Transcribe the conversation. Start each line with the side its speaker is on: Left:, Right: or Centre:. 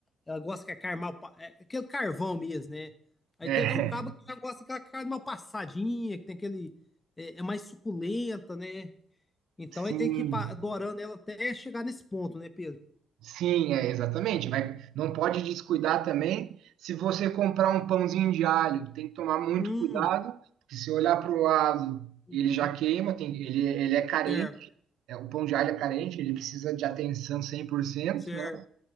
Left: ela gosta que a carne mal. pa- É, aquele carvão mesmo, né? Aí
Right: é,
Left: tem um cabo que já gosta daquela carne mal passadinha, que tem aquele. É, é mais suculenta, né? Então
Right: Sim,
Left: ele tem que ir pa- dorando ela até chegar nesse ponto, né, Pedro?
Right: sim, é exatamente. Vai, não pode descuidar também. Se você comprar um pãozinho de alho, tem que tomar muito
Left: Hum,
Right: cuidado, porque se olhar para o lado,
Left: uhum,
Right: ele já queima, tem, ele, ele é carente,
Left: certo,
Right: é, o pão de alho é carente, ele precisa de atenção 100%,
Left: certo.
Right: né?